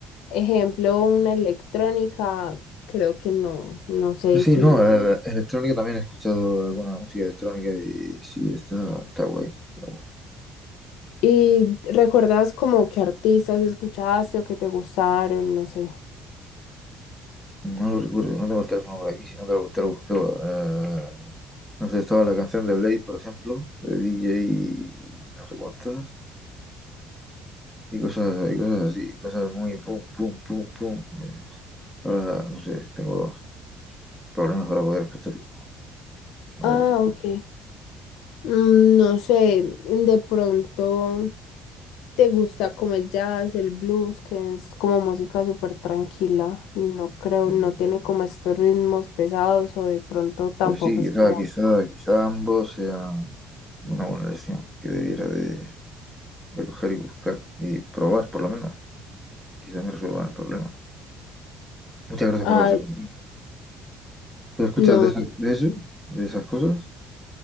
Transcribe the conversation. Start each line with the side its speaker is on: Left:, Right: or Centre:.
Left: ejemplo, una electrónica, creo que no, no sé
Centre: eh, sí,
Left: si...
Centre: no, la- la electrónica también he escuchado alguna música electrónica y sí, está, está guay, está guay.
Left: ¿Y recuerdas como qué artistas escuchaste o que te gustaron? No sé.
Centre: No lo recuerdo, no tengo el teléfono por aquí, si no te lo, te lo buscaba. Eh, no sé, estaba la canción de Blade, por ejemplo, de DJ no sé cuántas. y cosas, y cosas así, cosas muy pum, pum, pum, pum. eh, ahora, no sé, tengo problemas para poder escucharlo. No
Left: Ah,
Centre: sé por qué.
Left: ok. Mm, No sé, de pronto te gusta como el jazz, el blues, que es como música súper tranquila y no creo,
Centre: Mm,
Left: no tiene como estos ritmos pesados o de pronto tampoco
Centre: Pues sí, quizá,
Left: es como,
Centre: quizá, quizá ambos sean una buena lección que debiera de, de coger y buscar y probar, por lo menos. Quizá me resuelvan el problema. Muchas gracias
Left: ah,
Centre: por la observación. ¿Tú escuchas
Left: no,
Centre: de, esa- de eso? ¿De esas cosas?